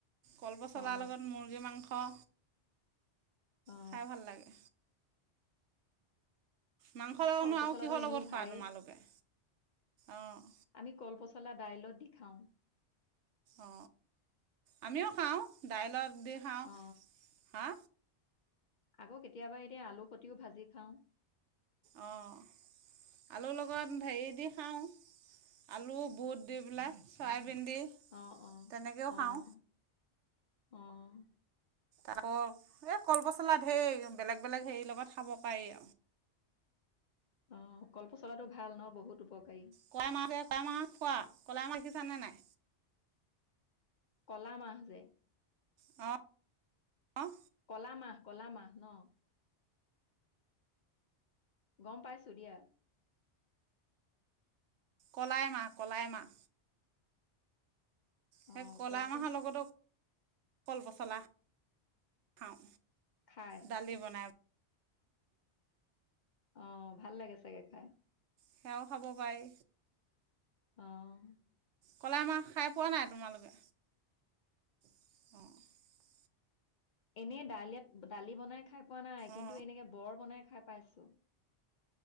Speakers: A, on the right; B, on the left.
A: কলপচলাৰ
B: অ
A: লগত মুৰ্গী মাংস
B: অ
A: খাই ভাল লাগে মাংস লগতনো
B: কলপচলাটো
A: আৰু কিহৰ
B: এনেও
A: লগত
B: ভাৰেই
A: খোৱা তোমালোকে অঁ
B: আমি কলপচলা দাইলত দি খাওঁ
A: অ আমিও খাও, দাইলত দি খাও
B: অ
A: হা
B: আকৌ কেতিয়াবা এতিয়া আলু সতিও ভাজি খাও।
A: অ' আলুৰ লগত হেৰি দি খাও, আলু, বুট দি পেলাই চয়াবিন দি
B: অ', -অ',
A: তেনেকৈও
B: -অ।
A: খাওঁ
B: অ'
A: আকৌ এই কলপচলা ধেই বেলেগ-বেলেগ হেৰি লগত খাব পাৰি আৰু
B: অ' কল-পচলাটো ভাল ন বহুত উপকাৰী
A: কলাই মাহ যে কলাই মাহ খোৱা, কলাই মাহ দেখিছা নে নাই।
B: কলা মাহ যে
A: অ'
B: কলামাহ, কলামাহ ন' গম পাইছো দিয়া।
A: কলাই মাহ, কলাই মাহ। সেই
B: অ
A: কলাই
B: কোৱাচোন
A: মাহৰ লগতো কল পচলা খাও।
B: খাই,
A: দালি বনাই <inaudible>
B: অ' ভাল লাগে চাগে খাই।
A: সেয়াও খাব পাৰি।
B: অ'
A: কলাই মাহ খাই পোৱা নাই তোমালোকে <inaudible>
B: এনেই দাল ইয়াত দালি বনাই খাই। পোৱা নাই কিন্তু
A: অঁ
B: এনেকে বৰ বনাই খাই পাইছো।